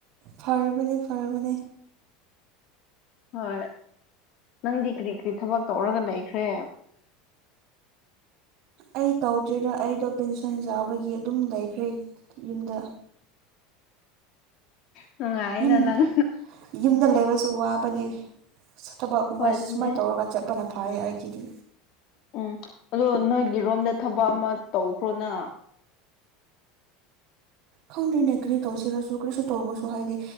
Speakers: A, on the right; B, on the left.
A: ꯐꯔꯕꯅꯦ ꯐꯔꯕꯅꯦ
B: ꯍꯣꯏ ꯅꯪꯗꯤ ꯀꯔꯤ ꯀꯔꯤ ꯊꯕꯛ ꯇꯧꯔꯒ ꯂꯩꯈ꯭ꯔꯦ
A: ꯑꯩ ꯇꯧꯗ꯭ꯔꯤꯗ ꯑꯩꯗꯣ ꯄꯦꯟꯁꯟ ꯆꯥꯕꯒꯤ ꯑꯗꯨꯝ ꯂꯩꯈ꯭ꯔꯦ ꯌꯨꯝꯗ
B: ꯅꯨꯡꯉꯥꯏꯅ
A: ꯌꯨꯝ
B: ꯅꯪ
A: ꯌꯨꯝꯗ ꯂꯩꯕꯁꯨ ꯋꯥꯕꯅꯦ ꯊꯕꯛꯀꯨꯝꯕ
B: ꯍꯣꯏ ꯑꯗꯨꯅꯦ
A: ꯁꯨꯃꯥꯏꯅ ꯇꯧꯔꯒ ꯆꯠꯄꯅ ꯐꯩ ꯑꯩꯒꯤꯗꯤ
B: ꯎꯝ ꯑꯗꯣ ꯅꯣꯏꯒꯤꯔꯣꯝꯗ ꯊꯕꯛ ꯑꯃ ꯇꯧꯈ꯭ꯔꯣꯅ
A: ꯈꯪꯗꯦꯅꯦ ꯀꯔꯤ ꯇꯧꯁꯤꯔꯁꯨ ꯀꯔꯤꯁꯨ ꯇꯧꯔꯁꯨ ꯍꯥꯏꯗꯤ